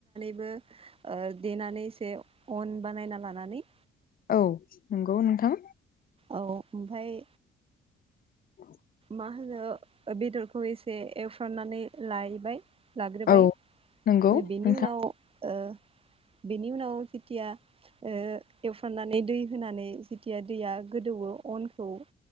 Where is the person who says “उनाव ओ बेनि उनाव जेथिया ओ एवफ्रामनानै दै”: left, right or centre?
Right